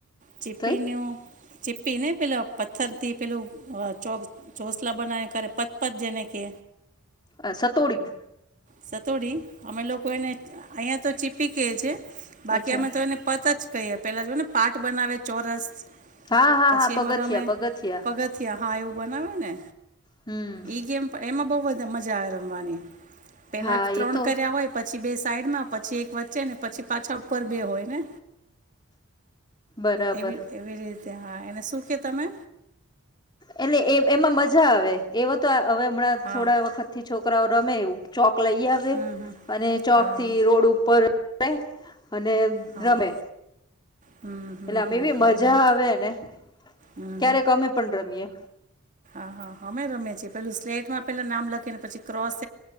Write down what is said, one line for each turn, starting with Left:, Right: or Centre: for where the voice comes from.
Right: ચીપીનું
Left: કઈ
Right: ચીપી ને પેલા પથ્થર થી પેલુ ચોસ ચોસલા બનાવી પતપત જેને કે.
Left: અ સતોડી.
Right: સતોડી. અમે લોકો એને. અહિયાં તો ચીપી કેયે છે. બાકી
Left: અચ્છા
Right: અમે તો એને પત જ કહીએ પેલા જો ને પાટ બનાવે ચોરસ.
Left: હા હા
Right: પછી
Left: હા
Right: એમા
Left: પગથિયા
Right: રમે
Left: પગથિયા
Right: પગથયા હા એવું બનાવે ને
Left: હમ
Right: ઈ ગેમ એમાં બહ એ મજા આવે રમવાની. પેલા
Left: હા
Right: ત્રણ
Left: એ તો
Right: કર્યા હોય પછ ચી બેસ સાઈડ માં પછી એક વચ્ચે ને પછી પાછા ઉપર બે હોય ને.
Left: બરાબર
Right: એવી એવી રીતે હા એને શું કે તમે
Left: એટલે એ એમાં મજા આવે એવાત આ હવે હમણાં
Right: હા
Left: થોડા વખતથી છો ર રમે ચોક લઈ આવે
Right: હમ હમ
Left: અને ચોક
Right: હા
Left: થી રોડ ઉપર <unintelligible> અને
Right: હા
Left: રમે.
Right: હમ હમ
Left: એટલે અમે
Right: હમ
Left: એવી
Right: હમ
Left: મજા
Right: હમ
Left: આવે એને,
Right: હમ
Left: ક્યારેક અમે પણ રમીએે.
Right: હ હા હમે રમે છીએ પેલું સ્લેટમાં પેલા નામ લખીને પછી ક્રોસ